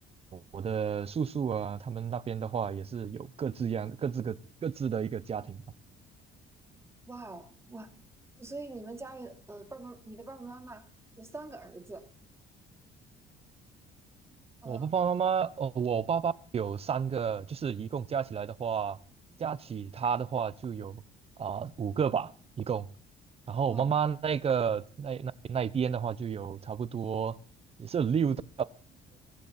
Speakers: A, on the right; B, on the right.
A: 我的叔叔啊，他们那边的话也是有各自一样各自个各自的一个家庭吧。
B: 哇哦，哇！所以你们家里呃，爸爸，你的爸爸妈妈有三个儿子，嗯
A: 我爸爸妈妈，哦，我爸爸有三个，就是一共加起来的话，加起他的话就有啊、五个吧，一共。然后我妈妈那个那那那一边的话就有差不多也是有六栋，
B: 嗯，